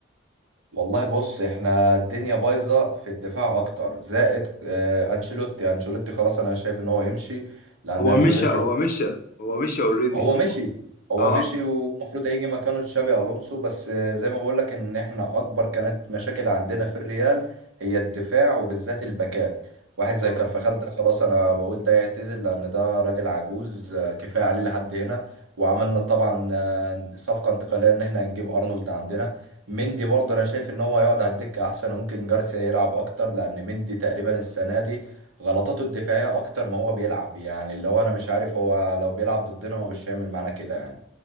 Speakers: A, on the right (about 75°); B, on the left (about 45°).
A: والله بص إحنا الدنيا بايظة في الدفاع أكتر زائد آه، أنشيلوتي أنشيلوتي خلاص أنا شايف إن هو يمشي لأن
B: هو
A: أنشيلوتي
B: مشى هو مشى هو مشى اوريدي
A: هو مشي هو
B: اه
A: مشي ومفروض هيجي مكانه تشابي الونسو بس زي ما بقول لك ان احنا اكبر كانت مشاكل عندنا في الريال هي الدفاع وبالذات الباكات واحد زي
B: اه
A: كارفخال ده خلاص انا بقول ده يعتزل لان ده راجل عجوز آه، كفايه عليه لحد هنا وعملنا طبعا آه، صفقه انتقاليه ان احنا هنجيب ارنولد عندنا مندي برضه انا شايف ان هو هيقعد على الدكه احسن وممكن جارسيا يلعب اكتر لان مندي تقريبا السنه دي غلطاته الدفاعية أكتر ما هو بيلعب يعني اللي هو أنا مش عارف هو لو بيلعب ضدنا هو مش هيعمل معانا كده يعني